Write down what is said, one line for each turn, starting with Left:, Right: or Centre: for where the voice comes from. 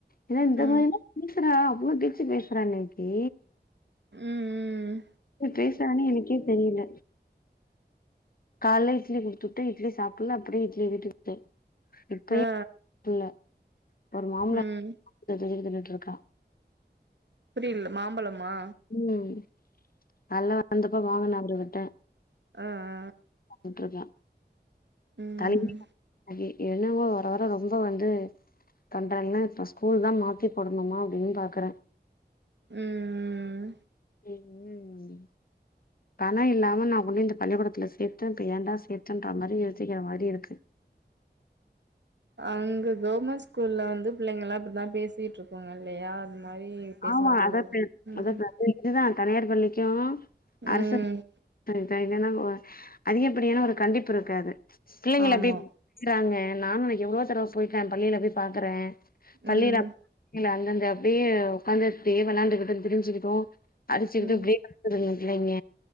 Left: ஏனா இந்த
Right: ம்
Left: மாரிலாம் பேசுறா அவ்ளோ பேச்சி பேசறா இன்னைக்கி
Right: ம் ம்
Left: இவ பேசாறானே எனக்கே தெரியில கால்ல இட்லி குடுத்துட்டு இட்லி சாப்பல அப்டே இட்லி வீட்டுக்கு இப்பயு
Right: ஆ
Left: சாப்பல ஒரு மாமுலா
Right: ம்
Left: <inaudible> இட்லி தின்னுட்டு இருக்கா
Right: புரியில மாம்பழமா
Left: ம் அதல்லா ரந்துக்கோ வாங்கன அவுங்ககிட்ட
Right: ஆ
Left: திண்ட்ருக்கன்
Right: ம்
Left: தலைவலி <inaudible> எலும்பு வர வர ரொம்ப வந்து கண்றல்லா இப்ப ஸ்கூல்லாம் மாத்தி போடணுமா அப்டின் பாக்கறன்
Right: உம்
Left: <unintelligible> பணம் இல்லாம நா ஒன்னு இந்த பள்ளிக்கூடத்துல சேத்தே இப்ப ஏண்டா சேத்தேன்ற மாரி யோசிக்கிற மாரி இருக்கு
Right: அங்க கவுர்மெண்ட் ஸ்கூல்ல வந்து பிள்ளைங்கலா இப்டித்தா பேசிட்ருப்பாங்க இல்லயா அது மாரி பேசுறா
Left: ஆமா
Right: போல
Left: அத தெ
Right: ம்
Left: அத இதுதா தனியார் பள்ளிக்கோ அரசு
Right: ம்
Left: துறை இப்ப என்னனா அதிகப்படியான ஒரு கண்டிப்பு இருக்காது பிள்ளைகள்ல
Right: ஆமா
Left: எப்டி நிக்குறாங்க நானு நா எவ்ளோ தடவ போயிட்டே பள்ளியில போய் பாக்கறே பள்ளியில
Right: ம்
Left: இல்ல அந்தந்த அப்டியே ஒக்காந்துட் தேவனான்டு பிரிஞ் பிரிஞ்சு நிப்போ அரசி வந்து
Right: ம்
Left: பிரேக்கப்ப திங்குதுங்க பிள்ளைங்க